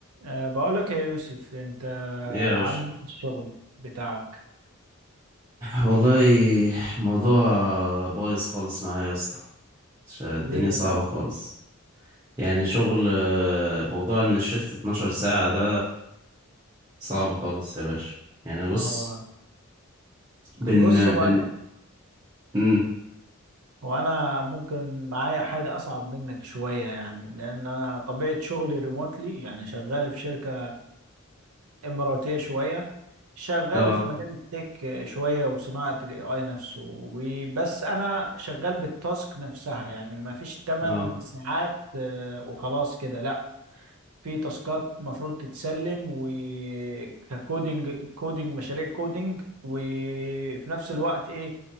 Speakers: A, on the right; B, on the right.
A: أه بقول لك يا يوسف انت
B: ايه يا باشا
A: عامل ايه في الشغل بتاعك
B: والله الموضوع بايظ خالص معايا يا اسطى ش- الدنيا
A: ليه كده
B: صعبة خالص يعني شغل آه، موضوع ان الشفت 12 ساعة ده صعب خالص يا باشا يعني بص
A: اه والله
B: بن
A: بص هو
B: بن
A: انا
B: مم.
A: هو انا ممكن معايا حاجه اصعب منك شويه يعني لان انا طبيعه شغلي ريموتلي يعني شغال في شركه اماراتيه شويه شغال
B: اه
A: في مجال التك شويه وصناعه الاي اي نفسه وبس انا شغال بالتاسك نفسها يعني ما فيش 8
B: اه
A: ساعات آه، وخلاص كده لا في تاسكات المفروض تتسلم وككودينج كودينج مشاريع كودينج وفي نفس الوقت ايه